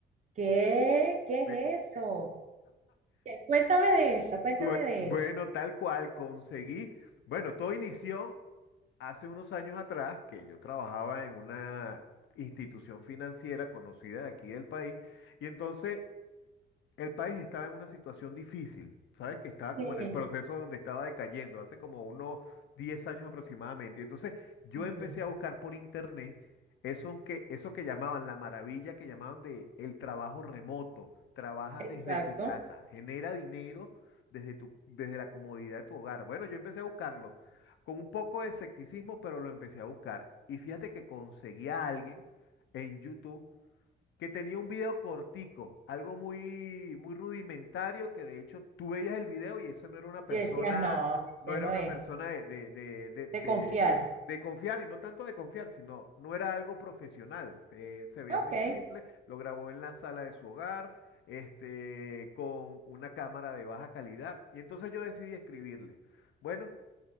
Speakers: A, on the right; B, on the left.
A: ¿Qué? ¿Qué
B: Ve,
A: es eso? ¿Qué? Cuéntame de eso, cuéntame
B: Bue-
A: de
B: Bueno,
A: eso.
B: tal cual, conseguí. Bueno, todo inició hace unos años atrás que yo trabajaba en una institución financiera conocida de aquí del país y entonces el país estaba en una situación difícil, ¿sabes? Que estaba
A: Sí,
B: como en el proceso donde estaba decayendo, hace como unos 10 años aproximadamente. Entonces yo
A: sí.
B: empecé a buscar por internet eso que, eso que llamaban la maravilla, que llamaban de el trabajo remoto. Trabaja
A: Exacto.
B: desde tu casa, genera dinero desde tu, desde la comodidad de tu hogar. Bueno, yo empecé a buscarlo con un poco de escepticismo, pero lo empecé a buscar. Y fíjate que conseguí a alguien en YouTube que tenía un video cortico, algo muy, muy rudimentario, que de hecho tú veías el video y eso no era una persona,
A: Y decías, no, ese
B: no era
A: no
B: una
A: es.
B: persona de, de, de, de, de-
A: De confiar.
B: de confiar, y no tanto de confiar, sino no era algo profesional, se, se veía
A: Ok.
B: muy simple, lo grabó en la sala de su hogar, este, con una cámara de baja calidad, y entonces yo decidí escribirle. Bueno,